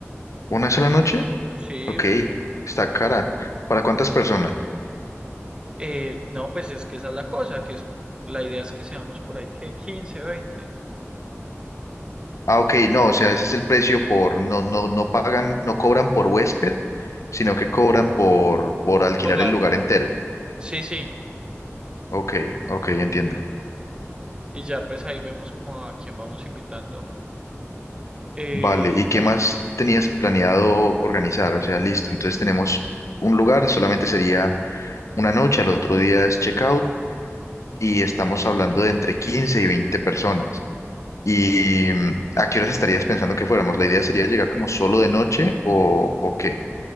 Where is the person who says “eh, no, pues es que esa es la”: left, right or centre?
Right